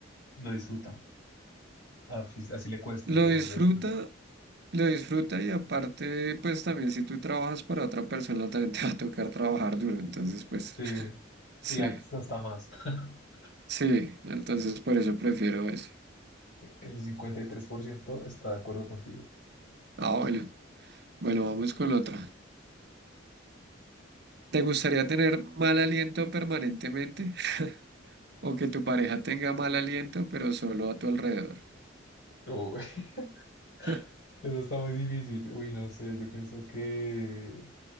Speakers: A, on the left (about 60°); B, on the right (about 60°).
A: lo disfruta. Así, así le cueste,
B: ¿Lo
A: pero
B: disfruta
A: no lo disfruta.
B: Lo disfruta y aparte, pues también si tú trabajas para otra persona, también te va a tocar trabajar duro. Entonces, pues,
A: Sí,
B: <laughs> sí,
A: y hasta más. <laughs>
B: sí, entonces por eso prefiero ese.
A: El 53% está de acuerdo contigo.
B: Ah, bueno, bueno, vamos con otra. ¿Te gustaría tener mal aliento permanentemente <laughs> o que tu pareja tenga mal aliento, pero solo a tu alrededor?
A: Uy, <laughs>
B: <laughs>
A: eso está muy difícil. Uy, no sé, yo pienso que,